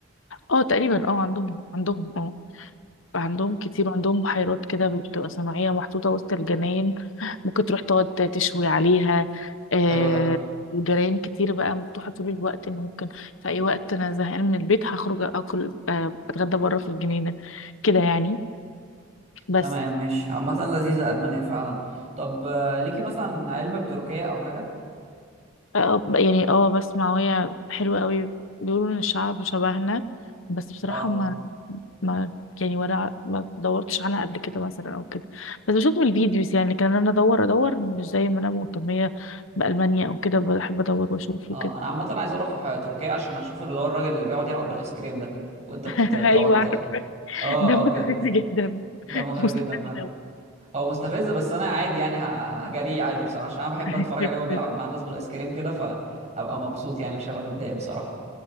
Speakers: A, on the left; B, on the right.
A: اه تقريبا اه عندهم عندهم اه عندهم كتير عندهم بحيرات كده بتبقى صناعية محطوطة وسط الجناين ممكن تروح تقعد تشوي عليها آه
B: حلو ده
A: وجرايان كتير بقى مفتوحة طول الوقت إن ممكن في أي وقت أنا زهقان من البيت هخرج أكل آه أتغدى بره في الجنينة كده يعني بس
B: تمام ماشي عامة لذيذة ألمانيا فعلا طب آه، ليكي مثلا علم بتركيا أو حاجة
A: آه آه، يعني اه بس معوية حلوة قوي بيقولوا إن الشعب شبهنا بس بصراحة
B: اه
A: ما ما يعني ولا ما دورتش عنها قبل كده مثلا او كده بس بشوف من الفيديوز يعني لكن انا ادور ادور مش زي ما انا مهتمية بألمانيا او كده بحب ادور واشوف
B: اه
A: وكده
B: أنا عامة عايز أروح آه، تركيا عشان أشوف اللي هو الراجل اللي بيقعد يلعب بالآيس كريم ده وأنت ت-
A: <laughs>
B: بتقعد
A: ايوه
B: ت-
A: عارف.
B: اه
A: ده مستفز
B: اه بجد
A: جدا
B: دمه خفيف
A: مستفز
B: جدا فعلا
A: أوي.
B: هو مستفز بس انا عادي يعني ه- هجريه عادي بصراحه عشان انا بحب
A: <laughs>
B: اتفرج عليه وهو بيلعب مع الناس بالايس كريم كده فهبقى مبسوط يعني مش هبقى متضايق بصراحه